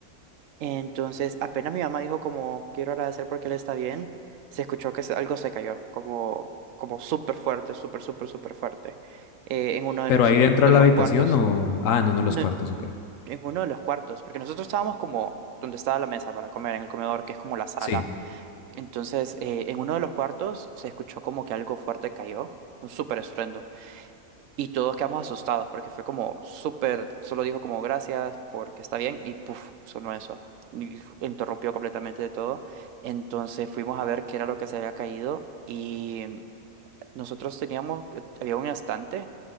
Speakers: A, on the right; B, on the left.
A: Entonces, apenas mi mamá dijo como quiero agradecer porque él está bien, se escuchó que se- algo se cayó, como, como súper fuerte, súper, súper, súper fuerte, eh, en uno de
B: Pero
A: nuestros,
B: ahí dentro
A: de
B: de la
A: los
B: habitación
A: cuartos.
B: o... Ah, en uno de los
A: No-
B: cuartos, ok.
A: en uno de los cuartos, porque nosotros estábamos como donde estaba la mesa para comer, en el comedor, que es como la sala.
B: Sí.
A: Entonces, eh, en uno de los cuartos se escuchó como que algo fuerte cayó, un súper estruendo. Y todos quedamos asustados porque fue como súper, solo dijo como gracias porque está bien y puff sonó eso. Y f- interrumpió completamente de todo. Entonces fuimos a ver qué era lo que se había caído y mm, nosotros teníamos, eh, había un estante